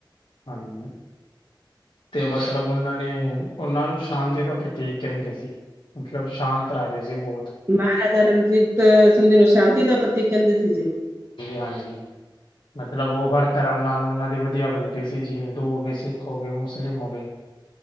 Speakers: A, on the left (about 75°); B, on the right (about 35°).
A: ਹਾਂਜੀ, ਤੇ ਮਤਲਬ ਉਹਨਾਂ ਨੇ ਉਹਨਾਂ ਨੂੰ ਸ਼ਾਂਤੀ ਦਾ ਪ੍ਰਤੀਕ ਕਹਿੰਦੇ ਸੀ। ਮਤਲਬ ਸ਼ਾਂਤ ਰਾਜੇ ਸੀ ਬਹੁਤ
B: ਮਹਾਰਾਜਾ ਰਣਜੀਤ ਸਿੰਘ ਜੀ ਨੂੰ, ਸ਼ਾਂਤੀ ਦਾ ਪ੍ਰਤੀਕ ਕਹਿੰਦੇ ਸੀ ਜੀ।
A: ਹਾਂਜੀ ਜੀ ਮਤਲਬ ਉਹ ਹਰ ਧਰਮ ਨਾਲ ਉਹਨਾਂ ਦੀ ਵਧੀਆ ਬਣਦੀ ਸੀ, ਜੀ ਹਿੰਦੂ ਹੋ ਗਏ ਸਿੱਖ ਹੋ ਗਏ ਮੁਸਲਿਮ ਹੋ ਗਏ।